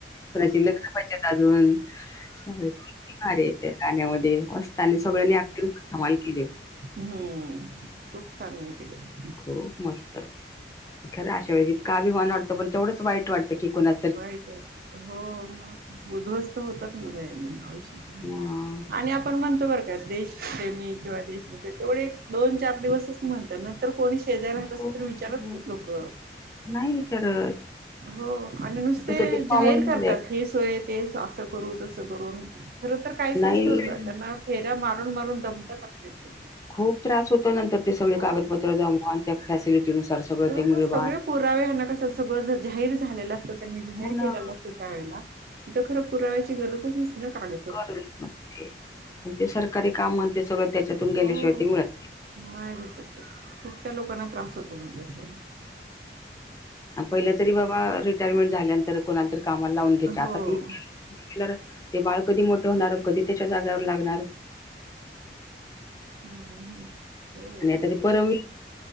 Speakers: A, on the left (about 20°); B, on the right (about 50°).
A: कुणाची लग्न व्हायचेत अजून. किती भारी ते गाण्यामध्ये मस्त आणि सगळ्यांनी एक्टिंग पण कमाल केलीये
B: हम्म खूप छान ते गाण.
A: खूप मस्त खर अशा वेळी इतका अभिमान वाटतो पण तेवढच वाईट वाटत की कुणा
B: वाईट वाटत ना हो मग उध्वस्त होतात ना आयुष्याच नाही
A: हां.
B: का. आणि आपण आपण म्हणतो बर का देशप्रेमी किंवा देशभक्ती तेवढे दोन चार दिवसच म्हणत नंतर कोणी <unintelligible> शेजारी राहत असले
A: हो, हो.
B: तरी विचारत नाहीत लोक.
A: नाही विचारत.
B: हो आणि नुसते
A: कसं ते कॉमन
B: जाहीर
A: झालंय
B: करतात हे सोय ते अस करू तस करू. खर तर काहीच
A: नाही
B: नसत बर का त्यांना फेऱ्या मारून मारून दमतात अक्षरशः
A: खूप त्रास होतो नंतर ते सगळी
B: हो
A: कागदपत्र जमवा आणि त्या फॅसिलिटीनुसार सगळं
B: तर
A: ते मिळवा
B: सगळे पुरावे ह्यांना कशाला सगळ जाहीर झालेल असत त्यांनी
A: हो
B: जाहीर केलेल
A: ना
B: असत. तीथ खर पुराव्यांची गरजच नसते ना कागद
A: गरज नसती ते सरकारी काम ते सगळ त्याच्यातून गेल्याशिवाय
B: हो
A: ते मिळत नाही.
B: नाही भेटत खूप त्या लोकांना त्रास होतो म्हणजे अस.
A: पहिल तरी बाबा रिटायरमेंट झाल्यानंतर कोणालातरी कामाला लाऊन घ्यायचे आता
B: हो
A: ते बी जरा ते बाळ कधी मोठ होणार आणि कधी त्याच्या जागेवर लागणार.
B: हम्म हम्म
A: आणि आता ते परमवीर